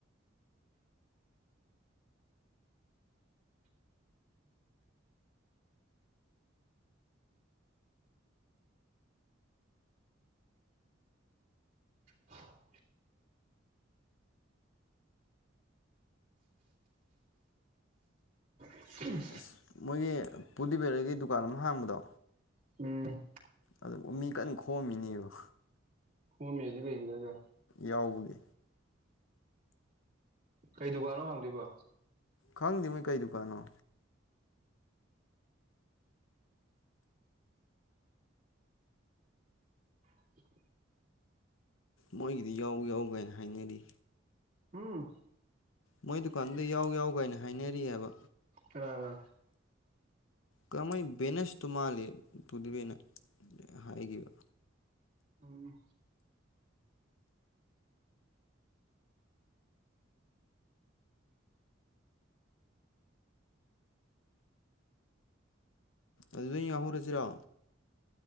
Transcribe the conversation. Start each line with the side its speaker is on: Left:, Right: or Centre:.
Right: ꯑ ꯎꯝ
Left: ꯑꯁ ꯃꯣꯏꯒꯤ ꯄꯨꯗꯤ ꯕꯦꯂꯔꯤꯒꯤ ꯗꯨꯀꯥꯟ ꯑꯃ ꯍꯥꯡꯕꯗꯣ
Right: ꯎꯝ
Left: ꯑꯗꯨ ꯃꯤ ꯀꯟꯅ ꯈꯣꯝꯃꯤꯅꯦꯕ
Right: ꯍꯃꯤꯖꯤ ꯀꯩ ꯀꯗꯖ
Left: ꯌꯥꯎꯕꯒꯤ
Right: ꯀꯩ ꯗꯨꯀꯥꯟꯣ ꯍꯥꯡꯗꯣꯏꯕꯣ
Left: ꯈꯪꯗꯦ ꯃꯣꯏ ꯀꯩ ꯗꯨꯀꯥꯟꯅꯣ
Right: <inaudible>
Left: ꯃꯣꯏꯒꯤꯗꯤ ꯌꯥꯎꯒ ꯌꯥꯎꯒꯥꯏꯅ ꯍꯥꯏꯅꯔꯤ
Right: ꯎꯝ
Left: ꯃꯣꯏ ꯗꯨꯀꯥꯟꯗ ꯌꯥꯎ ꯌꯥꯎ ꯀꯥꯏꯅ ꯍꯥꯏꯅꯔꯤꯑꯕ
Right: ꯑ ꯋꯥ
Left: ꯀꯃꯥꯏ ꯕꯦꯅꯁꯇꯨ ꯃꯥꯜꯂꯤ ꯇꯗꯤꯕꯦꯅ ꯍꯥꯏꯈꯤꯕ
Right: ꯎꯝ
Left: ꯑꯗꯨꯗ ꯌꯥꯎꯍꯧꯔꯁꯤꯔꯣ